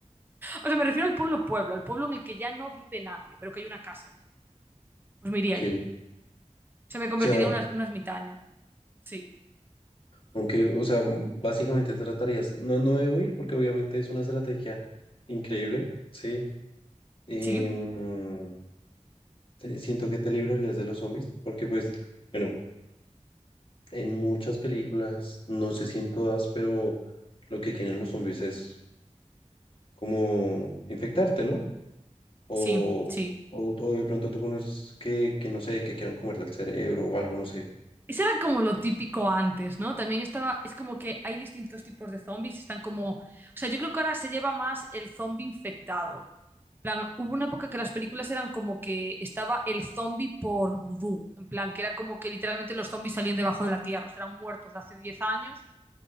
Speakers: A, on the right; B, on the left.
A: o sea, me refiero al pueblo pueblo, al pueblo en el que ya no vive nadie, pero que hay una casa allí. Pues me iría
B: Ok.
A: allí. O sea, me convertiría
B: O sea,
A: en una, una ermitaña. Sí.
B: aunque, o sea, básicamente tratarías, no, no debo ir porque obviamente es una estrategia increíble, ¿sí? Em,
A: Sí,
B: te- siento que te librarías de los zombies, porque pues, bueno, en muchas películas, no sé si en todas, pero lo que quieren los zombies es como infectarte, ¿no? O,
A: sí, sí.
B: o, o de pronto tú conoces que, que no sé, que quieran comerte el cerebro o algo, no sé.
A: Eso era como lo típico antes, ¿no? También estaba, es como que hay distintos tipos de zombies, están como, o sea, yo creo que ahora se lleva más el zombie infectado. En plan, hubo una época que las películas eran como que estaba el zombie por vudú, en plan, que era como que literalmente los zombies salían debajo de la tierra, o sea, eran muertos de hace 10 años